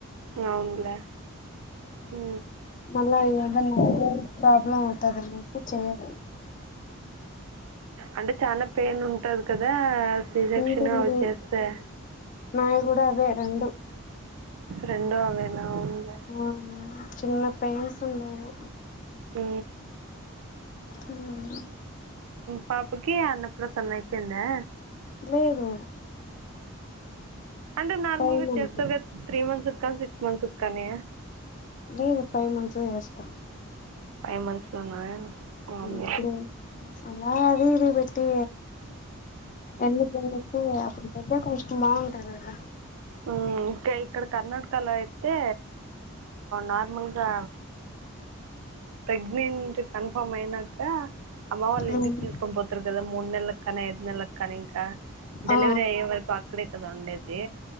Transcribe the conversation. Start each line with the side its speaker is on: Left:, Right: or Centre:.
Right: అవులే ఊ
Left: మళ్ళా ఐదు గంటలకి ప్రాబ్లం అవుతాది అనేసి చెయాలే
Right: అంటే చనా పెయిన్ ఉంటది కదా సి సెక్షన్
Left: ఉంటుంది
Right: అవి చేస్తే
Left: నాయి కూడా అవే రెండు
Right: రెండే ఉన్నాయి మా ఊర్లో
Left: ఆ చిన్న పెయింస్ ఉన్నాయా
Right: ఉ
Left: ఉ ఉ
Right: పాపకి అన్న ప్రసన్న అయిపోయిందా
Left: లేదు
Right: అంటే నార్మల్గా
Left: ఫైవ్ మంత్స్
Right: చేస్తారు కదా త్రీ మంత్స్ కానీ సిక్స్ మంత్స్ కానీ
Left: లేదు ఫైవ్ మంత్స్ చేస్తాం
Right: ఫైవ్ మంత్స్ లోన ఉంది
Left: ఇప్పుడు అలా అది ఇది పెట్టి ఎందుకని చెప్పి అప్పటికి అంటే కొంచెం బాగుంటది కదా
Right: ఉ ఇంకా ఇక్కడ కర్ణాటకలో అయితే నార్మల్ గా ప్రెగ్నెంట్ కన్ఫామ్ అయినాక అమ్మ వాళ్ళ
Left: ఉమ్
Right: ఇంటికి పిలుసుకొని పోతారు కదా మూడు నెలకి కానీ ఐదు నెలకి కానీ ఇంకా డెలివరీ
Left: ఆ
Right: అయ్యే వరకు అక్కడే కదా ఉండేది